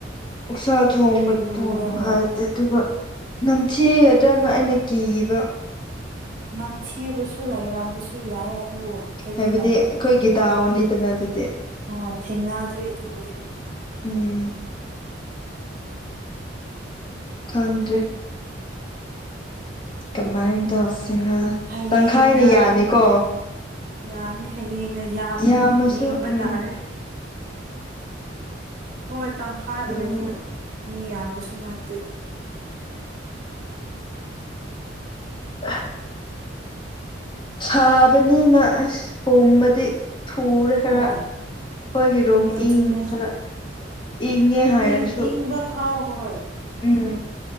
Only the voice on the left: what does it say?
ꯑꯣꯁꯥ ꯊꯣꯡꯕ
ꯊꯣꯡ
ꯍꯥꯏꯗꯤ ꯑꯗꯨꯒ ꯅꯝꯊꯤꯒꯗ꯭ꯔꯅ ꯑꯩꯅ ꯀꯤꯕ
ꯍꯥꯏꯕꯗꯤ ꯑꯩꯈꯣꯏꯒꯤ ꯗꯥꯎꯅꯤꯗꯅ ꯑꯗꯨꯗꯤ
ꯎꯝ ꯊꯟꯗ꯭ꯔꯦ ꯀꯃꯥꯏꯅ ꯇꯧꯁꯤꯅ
ꯇꯪꯈꯥꯏꯅ ꯌꯥꯅꯤꯀꯣ
ꯌꯥꯝꯃꯁꯨ
ꯎꯝ
ꯎꯝ
<inaudible> ꯁꯥꯕꯅꯤꯅ ꯑꯁ ꯄꯣꯝꯕꯗꯤ ꯊꯨꯔꯦ ꯈꯔ
ꯑꯩꯈꯣꯏꯒꯤ ꯔꯨꯝ
ꯏꯪ ꯈꯔ ꯏꯪꯉꯦ ꯍꯥꯏꯔꯁꯨ
ꯎꯝ